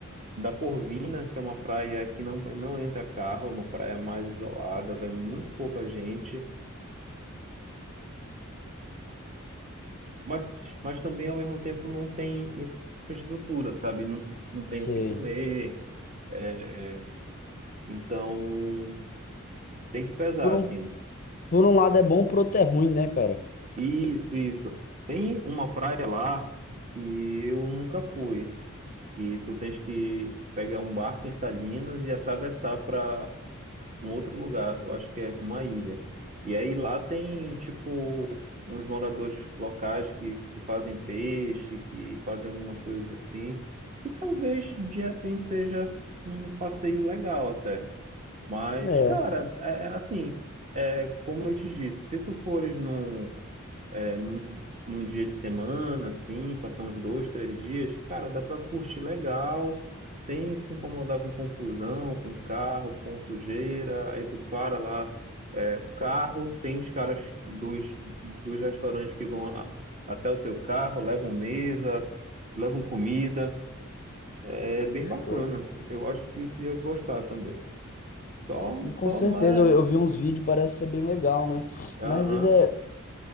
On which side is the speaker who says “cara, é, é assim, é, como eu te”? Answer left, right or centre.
Right